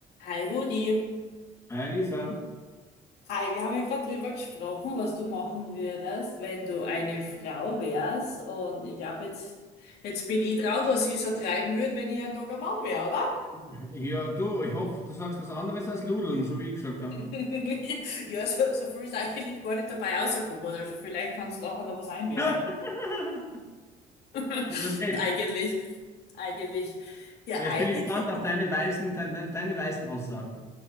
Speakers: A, on the left; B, on the left.
A: Hi Rudi.
B: Hi Lisa.
A: Hi, wir haben ja gerade drüber gesprochen, was du machen würdest, wenn du eine Frau wärst. Und ich glaube, jetzt, jetzt bin ich dran, was ich so treiben würde, wenn ich ein Tag ein Mann wäre, oder?
B: <laughs> Ja, du, ich hoffe, du sagst was anderes als Ludeln, so wie ich gesagt habe.
A: <laughs> Ja, so, so viel ist eigentlich gar nicht dabei rausgekommen. Also vielleicht kannst du auch noch was einwerfen.
B: <laughs>
A: <laughs>
B: Ja, dann red.
A: Eigentlich, eigentlich. Ja,
B: Jetzt
A: eigentlich.
B: bin ich gespannt auf deine weisen, deine, deine weisen Aussagen.